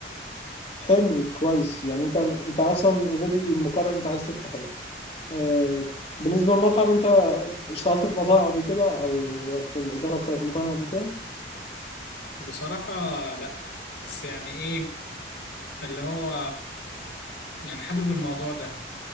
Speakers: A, on the left (about 30°); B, on the left (about 65°).
A: حلو كويس يعني انت انت اصلا اوريدي مقرر انت عايز تفتح ايه آه، بالنسبة للمطعم انت اشتغلت في مطاعم قبل كده او في الإدارة بتاعت مطاعم قبل كده
B: بصراحة لا بس يعني ايه اللي هو يعني حابب الموضوع ده